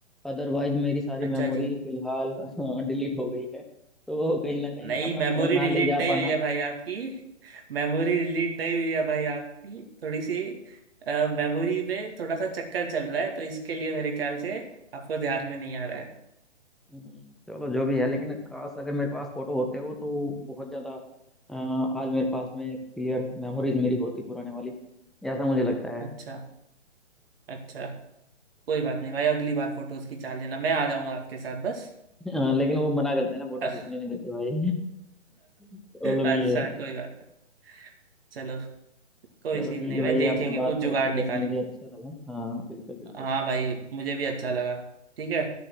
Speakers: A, in the centre; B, on the right (about 50°).
A: अदरवाइज मेरी सारी
B: अच्छा
A: मेमोरी
B: जी
A: फिलहाल <laughs> डिलीट हो गई है तो कहीं ना कहीं
B: नहीं
A: मैं अपना
B: मेमोरी
A: फोन ना
B: डिलीट
A: ले जा
B: नहीं
A: पाना
B: हुई है भाई आपकी मेमोरी डिलीट नहीं हुई है भाई आपकी थोड़ी सी मेमोरी में थोड़ा सा चक्कर चल रहा है तो इसके लिए मेरे ख्याल से आपको ध्यान में नहीं आ रहा है
A: हम्म, चलो जो भी है लेकिन काश अगर मेरे पास फोटो होते हो तो बहुत ज्यादा अ, आज मेरे पास में क्लियर मेमोरीज मेरी होती पुराने वाली ऐसा मुझे लगता है
B: अच्छा अच्छा कोई बात नहीं भाई अगली बार फोटोज खिंचा लेना मैं आ जाऊंगा आपके साथ बस
A: <laughs> अ, लेकिन वो मना करते हैं ना फोटो
B: <laughs>
A: खींचने नहीं देते भाई <laughs> प्रॉब्लम
B: अच्छा
A: ये
B: कोई बात नहीं चलो कोई
A: चलो
B: चीज
A: ठीक
B: नहीं
A: है
B: भाई
A: भाई
B: देखेंगे
A: आपसे
B: कुछ
A: बात करके
B: जुगाड़
A: वैसे
B: निकालेंगे
A: मुझे अच्छा लगा हाँ बिल्कुल बिल्कुल
B: हाँ भाई मुझे भी अच्छा लगा ठीक है